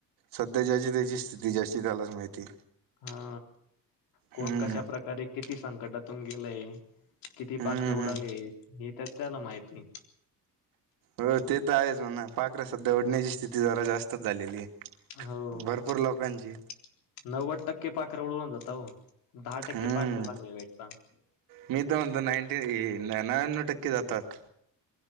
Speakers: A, on the right; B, on the left.
A: सध्या ज्याची त्याची स्थिती ज्याची त्यालाच माहिती
B: हा कोण
A: हम्म
B: कशा प्रकारे किती संकटातून गेलेय किती
A: हम्म
B: पाखर उडाले हे तर त्याला माहिती
A: हो ते तर आहेच म्हणा पाखरा सध्या ओढण्याची स्थिती जरा जास्तच झालेली आहे
B: हो
A: भरपूर
B: नव्व
A: लोकांची
B: नव्हद टक्के पाखरे उडून जातात हो दहा टक्के
A: हम्म
B: पाखर चांगली भेटतात
A: मी तर म्हणतो नाईंटी नव्याण्णव टक्के जातात